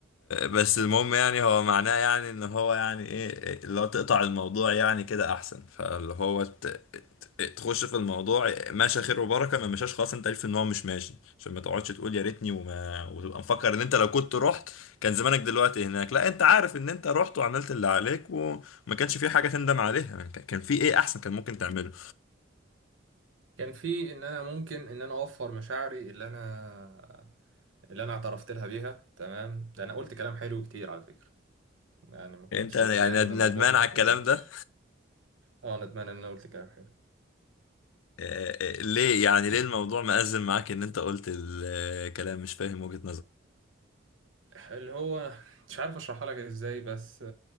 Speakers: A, on the left (about 85°); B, on the right (about 80°).
A: بس المهم يعني هو معناه يعني ان هو يعني ايه اللي هو تقطع الموضوع يعني كده احسن فاللي هو ت- ت- تخش في الموضوع ماشي خير وبركه ما مشاش خلاص انت عارف ان هو مش ماشي عشان ما تقعدش تقول يا ريتني وما وتبقى مفكر ان انت لو كنت رحت كان زمانك دلوقتي هناك لا انت عارف ان انت رحت وعملت اللي عليك وما كانش في حاجه تندم عليها كان كان في ايه احسن كان ممكن تعمله
B: كان في ان انا ممكن ان انا اوفر مشاعري اللي انا اللي انا اعترفت لها بيها تمام ده انا قلت كلام حلو كتير على فكرة يعني ما كنتش
A: انت يعني
B: متخيل ان
A: ند-
B: الموضوع
A: ندمان
B: ممكن
A: على الكلام
B: يبوظ
A: ده
B: اه ندمان ان انا قلت كلام حلو
A: آه، آه، ليه يعني ليه الموضوع مأزم معاك ان انت قلت الكلام مش فاهم وجهة
B: اللي هو مش عارف اشرحها لك ازاي بس